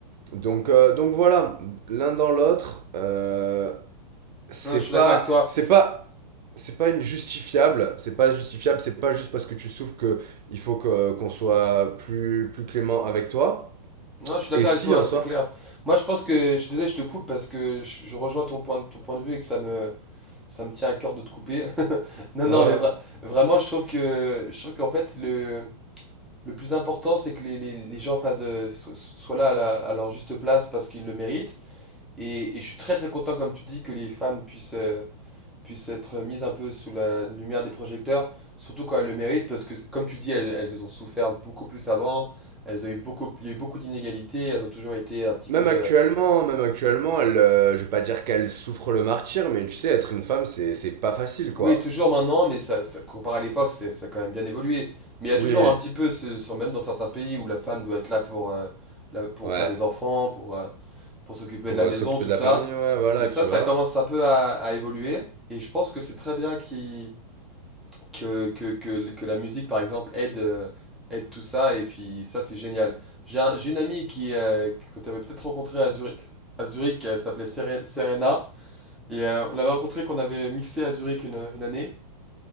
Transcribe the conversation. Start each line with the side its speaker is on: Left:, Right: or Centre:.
Right: Donc, euh, donc voilà, l'un dans l'autre, euh, c'est
Centre: Non, je suis d'accord
Right: pas
Centre: avec toi.
Right: c'est pas c'est pas une justifiable, c'est pas justifiable, c'est pas juste parce que tu souffres que il faut que qu'on soit plus plus clément avec toi.
Centre: Non, je suis d'accord
Right: Et si
Centre: avec toi,
Right: en
Centre: c'est
Right: soi,
Centre: clair. Moi, je pense que, je suis désolé, je te coupe parce que je, je rejoins ton point, de- ton point de vue et que ça me, ça me tient à cœur de te couper. <laughs> Non, non,
Right: euh,
Centre: mais vra- vraiment, je trouve que, je trouve qu'en fait, le, le plus important, c'est que les, les, les gens fassent de, so- soient là à, la- à leur juste place parce qu'ils le méritent. Et, et je suis très, très content, comme tu dis, que les femmes puissent, euh, puissent être mises un peu sous la lumière des projecteurs, surtout quand elles le méritent, parce que, comme tu dis, elles, elles ont souffert beaucoup plus avant. Elles ont eu beaucoup, il y a eu beaucoup d'inégalités, elles ont toujours été un petit
Right: même
Centre: peu
Right: actuellement,
Centre: euh,
Right: même actuellement, elle, euh, je vais pas dire qu'elle souffre le martyr, mais tu sais, être une femme, c'est c'est pas facile quoi.
Centre: Oui, toujours maintenant, mais ça, ça comparé à l'époque, c'est, ça a quand même bien évolué. Mais il y a
Right: Oui
Centre: toujours
Right: oui,
Centre: un petit peu, ce, ce- même dans certains pays où la femme doit être là pour, euh, là pour
Right: ouais.
Centre: faire des enfants, pour, euh, pour s'occuper
Right: Pour
Centre: de la
Right: euh,
Centre: maison,
Right: s'occuper
Centre: tout
Right: de
Centre: ça.
Right: la famille, ouais, voilà,
Centre: Mais ça,
Right: tu
Centre: ça
Right: vois.
Centre: commence un peu à, à évoluer. Et je pense que c'est très bien qu'il- que, que, que, que la musique, par exemple, aide, euh, aide tout ça. Et puis ça, c'est génial. J'ai un- j'ai une amie qui, euh, que tu avais peut-être rencontrée à Zurich, à Zurich, elle s'appelait Sere- Serena. Et euh, on l'avait rencontrée qu'on avait mixé à Zurich une une année.